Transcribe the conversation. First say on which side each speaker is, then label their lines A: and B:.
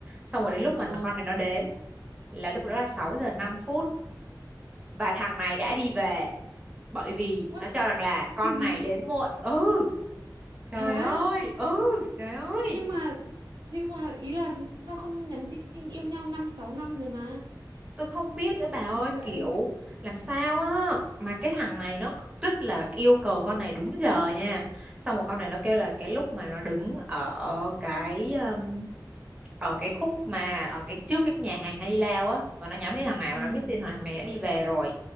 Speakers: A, on the right (about 15°); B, on the right (about 65°).
A: xong rồi đến lúc
B: Ồ,
A: mà con này nó đến là lúc đó là sáu giờ năm phút và thằng này đã đi về bởi vì
B: what?
A: nó cho rằng là con
B: Cái gì?
A: này đến muộn ừ trời
B: Thật á?
A: ơi ừ trời ơi
B: nhưng mà nhưng mà ý là sao không nhắn tin yêu nhau năm sáu năm rồi mà
A: tôi không biết nữa bà ơi
B: gì vậy
A: kiểu làm sao á mà cái thằng này nó rất là yêu cầu con này đúng giờ nha xong rồi con này nó kêu là cái lúc mà nó đứng ở cái um, ở cái khúc mà ở cái trước cái nhà hàng Hai Di Lao á và nó nhắm đến thằng này
B: ừ
A: và nó biết tin thằng này đã đi về rồi